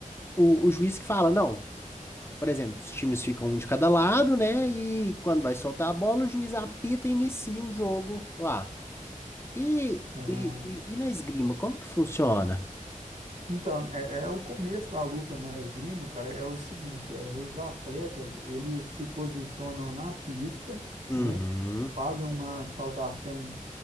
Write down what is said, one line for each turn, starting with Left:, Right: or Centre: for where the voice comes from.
Left: o, o juiz que fala, não, por exemplo, os times ficam um de cada lado, né? E quando vai soltar a bola, o juiz apita e inicia o jogo lá. E,
Right: é.
Left: e, e, e na esgrima, como que funciona?
Right: Então, é, é o começo da luta na esgrima, cara, é o seguinte, é, os atletas, eles se posicionam na pista,
Left: Uhum,
Right: né, fazem uma saudação